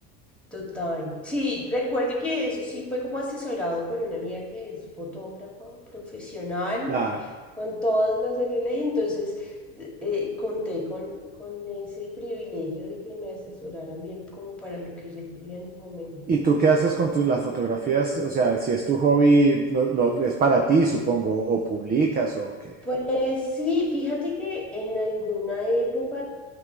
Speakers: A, in the centre; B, on the right.
A: Total. Sí, recuerdo que eso sí fue como asesorado por una amiga que es fotógrafa profesional,
B: Claro.
A: con todas las de la ley. Entonces, de- eh, conté con, con ese privilegio de que me asesoraran bien como para lo que yo quería en el momento.
B: ¿Y tú qué haces con tus, las fotografías? O sea, si es tu hobby, lo- lo- es para ti, supongo, o publicas o qué.
A: Pues sí, fíjate que en alguna época